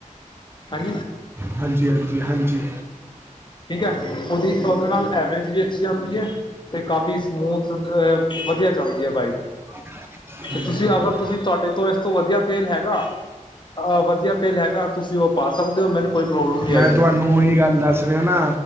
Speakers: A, on the left; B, on the right.
A: ਹਾਂਜੀ
B: ਹਾਂਜੀ, ਹਾਂਜੀ, ਹਾਂਜੀ।
A: ਠੀਕ ਐ, ਉਹਦੀ ਉਹਦੇ ਨਾਲ ਐਵਰੇਜ ਵੀ ਅੱਛੀ ਆਂਦੀ ਐ। ਅਤੇ ਕਾਫੀ ਸਮੂਥ ਅ ਵਧੀਆ ਚੱਲਦੀ ਐ ਬਾਈਕ।
B: ਹਂ।
A: ਤੇ ਤੁਸੀਂ ਅਗਰ ਤੁਸੀਂ ਤੁਹਾਡੇ ਤੋਂ ਇਸ ਤੋਂ ਵਧੀਆ ਤੇਲ ਹੈਗਾ? ਅਹ ਵਧੀਆ ਤੇਲ ਹੈਗਾ ਤੁਸੀਂ ਉਹ ਪਾ ਸਕਦੇ ਹੋ ਮੈਨੂੰ ਕੋਈ ਪ੍ਰੋਬਲਮ ਨਹੀਂ
B: ਮੈਂ
A: ਆਏਗੀ
B: ਤੁਆਨੂੰ ਉਹੀ ਗੱਲ ਦੱਸ ਰਿਆ ਨਾਂ